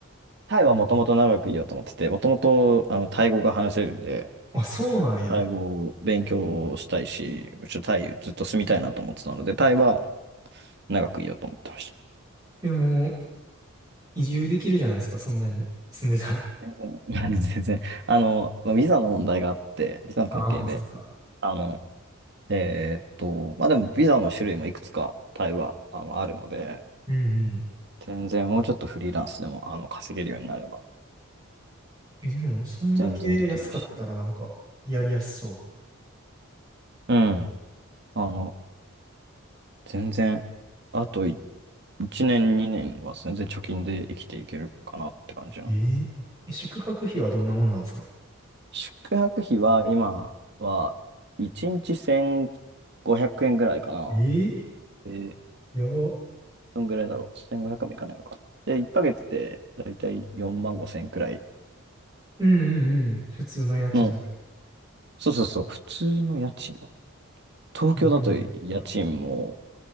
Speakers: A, on the right; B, on the right.
A: タイはもともと長くいようと思ってて、もともと、あの、タイ語が話せるんで、
B: あ、そうなんや。
A: タイ語を勉強したいし、ちょ、タイずっと住みたいなと思ってたので、タイは長くいようと思ってました。
B: でも、移住できるじゃないですか、そんなに住んでたら。
A: 全然、<laughs> 全然。あの、まあビザの問題があって、ビザの関係で、
B: ああ、もうそっか。
A: あの、えーっと、まあでもビザの種類もいくつかタイはあの、あるので、
B: うんうん。
A: 全然もうちょっとフリーランスでもあの稼げるようになれば
B: え、でも、そんだけ安かったらなんか、
A: 全然できるし、
B: やりやすそう。
A: うん。あの、全然、あとい1年、2年は全然貯金で生きていけるかなって感じの。
B: えーえ、宿泊費はどんなもんなんですか
A: 宿泊費は今は1日1500円ぐらいかな。
B: えー
A: で、
B: やば。
A: どんぐらいだろう。1500円もいかないのかで、1ヶ月でだいたい4万5千円くらい
B: うんうんうん。普通の家賃ぐらい。
A: の、そうそうそう、普通の家賃。東京だと家賃も
B: 日本で言ったら。